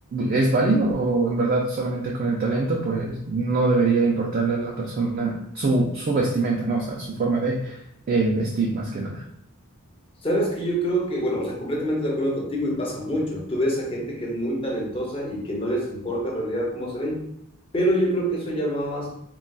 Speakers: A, on the right; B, on the left.
A: es válido o en verdad solamente con el talento, pues, no debería importarle a la persona su, su vestimenta, ¿no? O sea, su forma de eh, vestir más que nada.
B: Sabes que yo creo que, bueno, o sea, completamente de acuerdo contigo y pasa mucho. Tú ves a gente que es muy talentosa y que no les importa en realidad cómo se ven, pero yo creo que eso ya va más